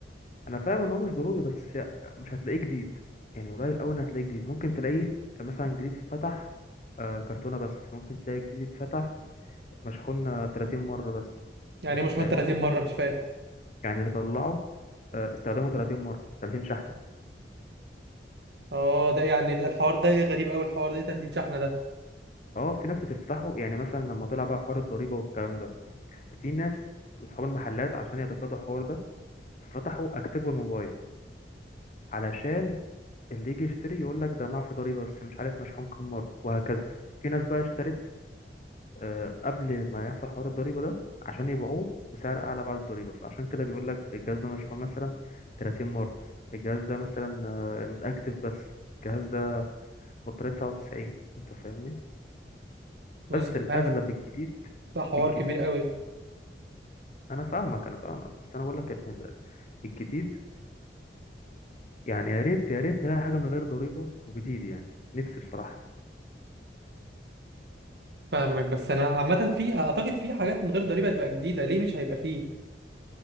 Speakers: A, on the left; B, on the right.
A: انا فاهم ان هو مش ضروري بس مش هتلاقيه جديد يعني قليل قوي ان هتلاقيه جديد ممكن تلاقيه مثلا جديد اتفتح آه كرتونه بس ممكن تلاقي جديد اتفتح مشحون 30 مره بس
B: يعني
A: انت
B: إيه مشحون
A: فاهمني
B: 30 مره مش فاهم
A: يعني اللي طلعه آه استخدمه 30 مره 30 شحنه
B: اه ده يعني ده الحوار ده غريب قوي الحوار ده ايه 30 شحنه ده
A: اه في ناس بتفتحه يعني مثلا لما طلع بقى حوار الضريبة والكلام ده ففي ناس اصحاب المحلات عشان يتفادوا الحوار ده ففتحوا اكتيفوا الموبايل علشان اللي يجي يشتري يقول لك ده معفي ضريبة بس مش عارف مشحون كام مرة وهكذا في ناس بقى اشترت آه، قبل ما يحصل حوار الضريبة ده عشان يبيعوه بسعر اعلى بعد الضريبة فعشان كده بيقول لك الجهاز ده مشحون مثلا 30 مرة الجهاز ده مثلا آه، متأكتف بس الجهاز ده بطارية 99 انت فاهمني
B: بص
A: بس الاغلب
B: مش عارف
A: الجديد
B: ده حوار
A: الجديد
B: كبير قوي
A: انا فاهمك انا فاهمك بس انا بقول لك إن ال- الجديد يعني يا ريت يا ريت نلاقي حاجه من غير ضريبه وجديد يعني نفسي بصراحه
B: فاهمك بس انا عامه في اعتقد في حاجات من غير ضريبه هتبقى جديده ليه مش هيبقى فيه